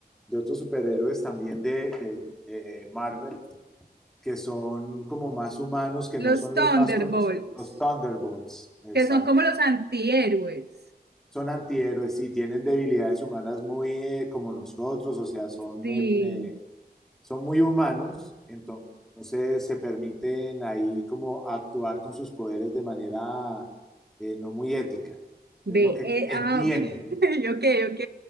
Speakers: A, in the centre; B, on the right.
A: de otros superhéroes también de, de- de Marvel, que son como más humanos, que
B: Los
A: no son
B: Thunderbolts,
A: los más conocidos, los Thunderbolts, exacto.
B: que son como los antihéroes.
A: Son antihéroes, sí, tienen debilidades humanas muy eh, como nosotros, o sea, son
B: Sí,
A: eh, eh, son muy humanos, entonces se permiten ahí como actuar con sus poderes de manera eh, no muy ética.
B: Ve,
A: Es lo que
B: eh,
A: entiendo.
B: ah, ok, <laughs> ok, ok.